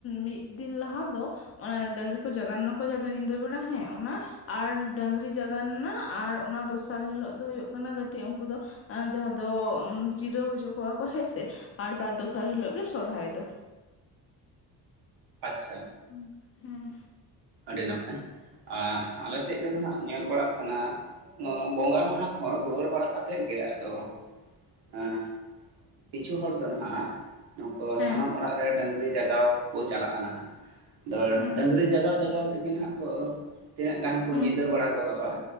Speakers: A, on the left (about 35°); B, on the right (about 70°).
A: ᱢᱤᱫ ᱫᱤᱱ ᱞᱟᱦᱟ ᱫᱚ ᱚᱱᱟ ᱰᱟᱹᱟᱝᱨᱤ ᱠᱚ ᱡᱟᱜᱟᱣ ᱮᱱᱟᱠᱚ ᱡᱟᱦᱟᱸ ᱫᱚ ᱧᱤᱫᱟᱹ ᱵᱮᱲᱟ ᱦᱮᱸ ᱚᱱᱟ ᱟᱨ ᱰᱝᱨᱤ ᱡᱟᱭᱟᱣᱱᱟ ᱟᱨ ᱚᱱᱟ ᱫᱚᱥᱟᱨ ᱦᱤᱞᱳᱜ ᱫᱚ ᱦᱩᱭᱩᱜ ᱠᱟᱱᱟ ᱠᱟᱹᱴᱤᱡ ᱩᱱᱠᱩ ᱫᱚ ᱡᱟᱦᱟᱸ ᱫᱚ ᱡᱤᱨᱟᱹᱣ ᱦᱚᱪᱚ ᱠᱚᱣᱟ ᱠᱚ ᱦᱮᱸᱥᱮ ᱟᱨ ᱛᱟᱨ ᱫᱚᱥᱟᱨ ᱦᱤᱞᱳᱜ ᱜᱮ ᱥᱚᱨᱦᱟᱭ ᱫᱚ
B: ᱟᱪᱪᱷᱟ
A: ᱦᱩ ᱦᱩᱸ
B: ᱟᱹᱰᱤ ᱱᱟᱯᱟᱭ ᱟᱨ ᱟᱞᱮ ᱥᱮᱫ ᱫᱚ ᱱᱟᱦᱟᱜ ᱧᱮᱞ ᱵᱟᱲᱟᱜ ᱠᱟᱱᱟ ᱱᱚᱣᱟ ᱵᱚᱸᱜᱟ ᱢᱟᱦᱟ ᱠᱷᱚᱱ ᱨᱩᱣᱟᱹᱲ ᱵᱟᱲᱟ ᱠᱟᱛᱮᱜ ᱜᱮ ᱟᱫᱚ ᱮᱸ ᱠᱤᱪᱷᱩ ᱦᱚᱲ ᱫᱚ ᱱᱟᱦᱟᱜ᱾ ᱱᱩᱠᱩ
A: ᱦᱮᱸ
B: ᱥᱟᱱᱟᱢ ᱚᱲᱟᱜ ᱨᱮ ᱰᱟᱹᱝᱨᱤ ᱡᱟᱜᱟᱣ ᱠᱚ ᱪᱟᱞᱟᱜᱼᱟ ᱱᱟᱦᱟᱜ ᱟᱫᱚ
A: ᱦᱮᱸ
B: ᱰᱟᱹᱝᱨᱤ ᱡᱟᱜᱟᱣ ᱞᱟᱜᱟᱣ ᱛᱮᱜᱮ ᱱᱟᱸᱦᱟᱜ ᱠᱚ ᱛᱤᱱᱟᱹᱜ ᱜᱟᱱ ᱠᱚ
A: ᱦᱮᱸ
B: ᱧᱤᱫᱟᱹ ᱵᱟᱲᱟ ᱜᱚᱫᱚᱜᱼᱟ